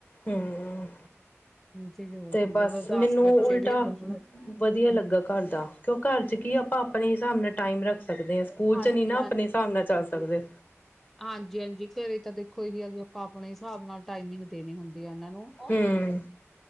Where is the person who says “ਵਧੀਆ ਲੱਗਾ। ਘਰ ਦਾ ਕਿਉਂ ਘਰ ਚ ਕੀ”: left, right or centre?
Left